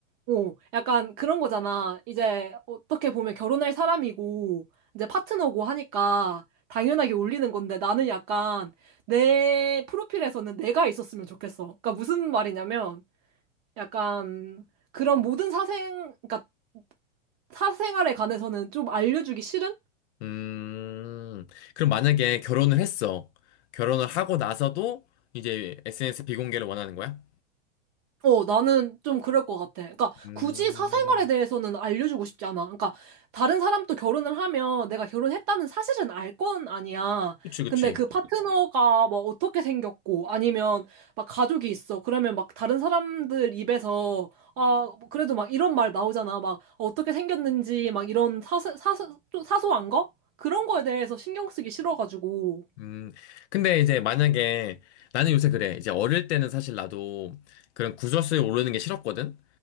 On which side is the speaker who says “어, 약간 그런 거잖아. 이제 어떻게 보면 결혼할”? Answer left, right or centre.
Right